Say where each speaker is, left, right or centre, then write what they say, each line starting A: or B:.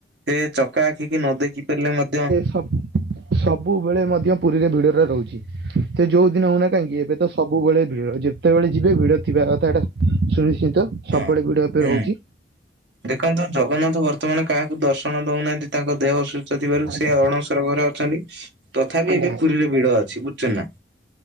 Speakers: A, on the right (about 80°); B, on the right (about 65°).
A: ଏ ଚକା ଆଖିକି ନ ଦେଖି ପାରିଲେ ମଧ୍ୟ
B: ସବୁ-ସବୁବେଳେ ମଧ୍ୟ ପୁରିରେ ଭିଡରେ ରହୁଚି। ସେ ଯୋଉ ଦିନ ହୋଉନା କାହିଁକି ଏବେ ତ ସବୁବେଳେ ଭିଡ ଯେତେବେଳେ ଯିବେ ଭିଡ ଥିବା କଥା ଏଟା ଶୁନିଶ୍ଚିତ। ସବୁବେଳେ
A: ହଁ।
B: ଭିଡ ଏବେ
A: ହୁଁ
B: ରହୁଚି।
A: ଦେଖନ୍ତୁ ଜଗନ୍ନାଥ ବର୍ତ୍ତମାନ କାହାକୁ ଦର୍ଶନ ଦୋଉନାହାନ୍ତି ତାଙ୍କ ଦେହ ଅ ସୁସ୍ଥ ଥିବାରୁ
B: ଆଜ୍ଞା
A: ସେ ଅଣସର ଘରେ ଅଛନ୍ତି ତଥାପି
B: ଆଜ୍ଞା
A: ଏବେ ପୁରିରେ ଭିଡ ଅଛି ବୁଝୁଚନ୍ତି ନା।